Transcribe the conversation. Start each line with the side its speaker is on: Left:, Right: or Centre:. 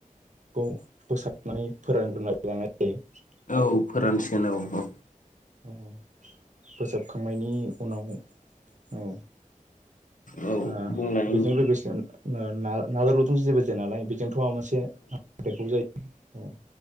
Right: खौ फोसाबनानै फोरानग्रोनाय <unintelligible>
Left: औ फोरान सिगोन औ -औ
Right: अ फोसाब खांनायनि उनाव औ
Left: औ
Right: आ
Left: बुंलाय
Right: बेजों
Left: नोंथां
Right: लोगोसे नो ना <unintelligible> जेबो जाया नालाय बेजोंथ' माबा मोनसे नांदेरगौ जायो। ओं